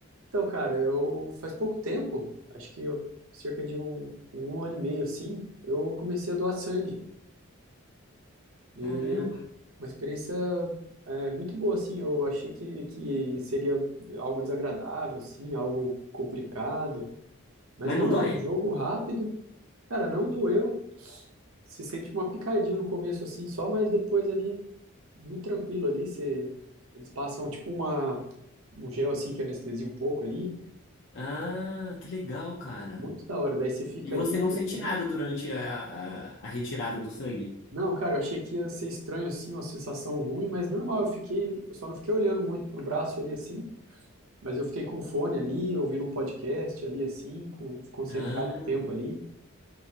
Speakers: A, on the right; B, on the left.
A: então, cara, eu faz pouco tempo, acho que eu- cerca de um, um ano e meio, assim, eu comecei a doar sangue. E
B: Caramba!
A: é uma experiência é, muito boa, assim. Eu achei que, que seria algo desagradável, assim, algo complicado. Mas
B: Mas
A: não,
B: não dói?
A: é um jogo rápido. Cara, não doeu. Se sente uma picadinha no começo, assim, só, mas depois ali muito tranquilo ali. Você, eles passam tipo uma, um gel assim que anestesia um pouco ali.
B: Ah, que legal, cara.
A: Muito da hora. Daí você fica
B: E você
A: ali um
B: não sente
A: tempo.
B: nada durante a, a, a retirada do sangue?
A: Não, cara, eu achei que ia ser estranho assim, uma sensação ruim, mas normal. Eu fiquei, eu só não fiquei olhando muito pro braço ali assim, mas eu fiquei com o fone ali, ouvindo um podcast ali assim, com- concentrado
B: Ah.
A: um tempo ali.